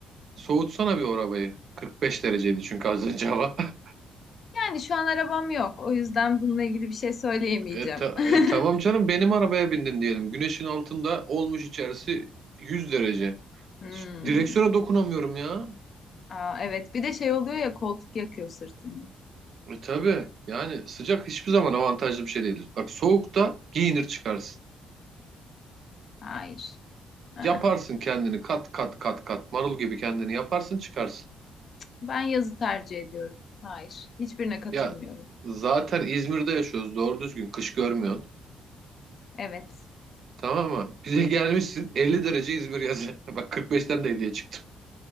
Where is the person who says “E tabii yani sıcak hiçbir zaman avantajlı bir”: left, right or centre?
Right